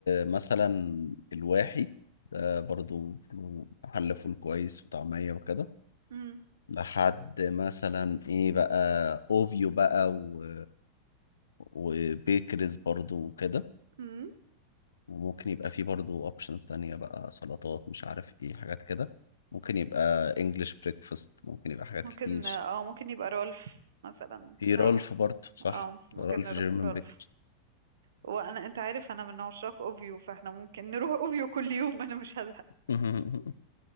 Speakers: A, on the left; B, on the right.
A: مثلا الواحي ده برضو له محل فول كويس وطعمية وكده
B: مم.
A: لحد مثلا ايه بقى اوفيو بقى و... وبيكرز برضو وكده
B: مم.
A: وممكن يبقى فيه برضو اوبشنز تانية بقى سلطات مش عارف ايه حاجات كده ممكن يبقى انجلش بريكفاست ممكن يبقى حاجات
B: ممكن
A: كتير
B: اه ممكن يبقى رولف مثلا ممكن
A: في
B: نروح
A: رالف برضو صح
B: اه ممكن
A: رالف
B: نروح
A: جيرمان
B: رولف
A: بيكر
B: وانا انت عارف انا من عشاق اوفيو فاحنا ممكن نروح اوفيو كل يوم انا مش هزهق
A: <laughs>